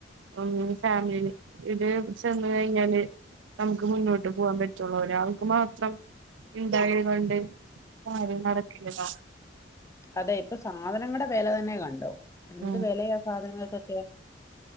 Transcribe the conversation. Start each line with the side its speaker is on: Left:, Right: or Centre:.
Right: ഉ ഫാമിലിയില് ഇത് ചെന്ന് കഴിഞ്ഞാല് നമുക്ക് മുന്നോട്ട് പോകാൻ പറ്റുള്ള ഒരാരാൾക്ക് മാത്രം ഉണ്ടായത് കൊണ്ട് കാര്യം നടക്കില്ലല്ലോ
Left: അതെ ഇപ്പൊ സാധനങ്ങളുടെ വില തന്നെ കണ്ടോ എന്ത്
Right: ഉം
Left: വിലയാ സാധനങ്ങൾക്കൊക്കെ